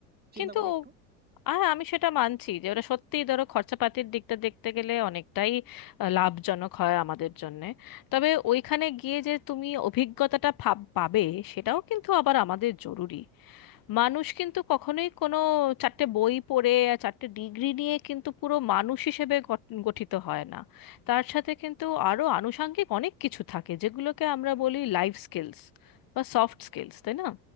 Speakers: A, on the right; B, on the left.
A: চিন্তা
B: কিন্তু
A: করো একটু
B: হ্যাঁ আমি সেটা মানছি যে ওরা সত্যিই ধরো খরচাপাতির দিকটা দেখতে গেলে অনেকটাই আহ, লাভজনক হয় আমাদের জন্যে তবে ওইখানে গিয়ে যে তুমি অভিজ্ঞতাটা ভাব- পাবে সেটাও কিন্তু আবার আমাদের জরুরি মানুষ কিন্তু কখনোই কোনো চারটে বই পড়ে আর চারটে ডিগ্রি নিয়ে কিন্তু পুরো মানুষ হিসেবে গঠ- গঠিত হয় না তার সাথে কিন্তু আরো আনুষাঙ্গিক অনেক কিছু থাকে যেগুলোকে আমরা বলি লাইফ স্কিলস বা সফট স্কিলস তাই না